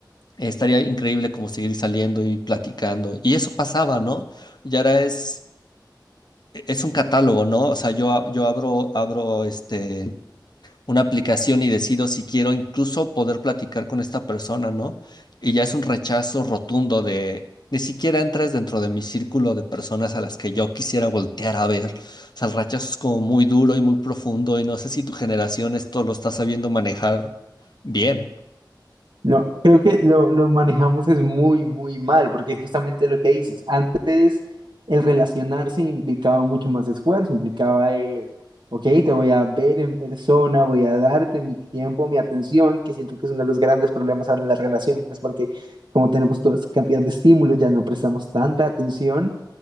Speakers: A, on the left (about 65°); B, on the right (about 80°).
A: estaría increíble como seguir saliendo y platicando. Y eso pasaba, ¿no? Y ahora es... e, Es un catálogo, ¿no? O sea, yo, a- yo abro, abro este, una aplicación y decido si quiero incluso poder platicar con esta persona, ¿no? Y ya es un rechazo rotundo de, ni siquiera entras dentro de mi círculo de personas a las que yo quisiera voltear a ver. O sea, el rechazo es como muy duro y muy profundo y no sé si tu generación esto lo está sabiendo manejar bien.
B: No, creo que lo, lo manejamos es muy, muy mal, porque justamente lo que dices, antes el relacionarse implicaba mucho más esfuerzo, implicaba el, ok, te voy a ver en persona, voy a darte mi tiempo, mi atención, que siento que es uno de los grandes problemas ahora en las relaciones, porque como tenemos toda esta cantidad de estímulos, ya no prestamos tanta atención